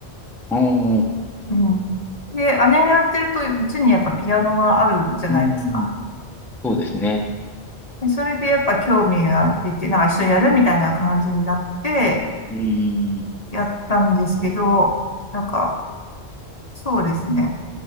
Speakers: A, in the centre; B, on the left (about 40°).
A: ああ、う
B: うん。で、姉がやってると、うちにやっぱピアノがあるじゃないですか。
A: ーん、そうですね。
B: でそれでやっぱ興味が出て、なんか一緒にやるみたいな感じになって、
A: うーん。
B: やったんですけど、なんか、そうですね。